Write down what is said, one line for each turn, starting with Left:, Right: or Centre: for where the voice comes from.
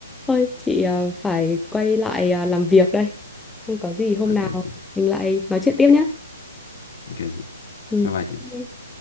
Centre: thôi chị ờ, phải quay lại ờ, làm việc đây không có gì hôm
Left: ok
Centre: nào
Left: chị
Centre: mình lại nói chuyện tiếp nhé
Left: ok chị
Centre: ừ.
Left: bye bye chị
Centre: Ok.